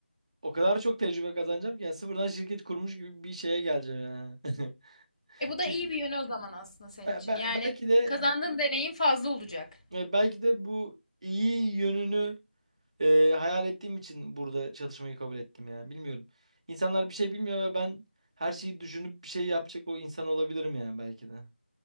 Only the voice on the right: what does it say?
o kadar çok tecrübe kazanacağım ki yani sıfırdan şirket kurmuş gibi bir şeye geleceğim yani. <laughs>
Çü-
be-
be-
belki de
e, belki de bu iyi yönünü e, hayal ettiğim için burada çalışmayı kabul ettim yani. Bilmiyorum. İnsanlar bir şey bilmiyor ve ben her şeyi düşünüp bir şey yapacak o insan olabilirim yani belki de.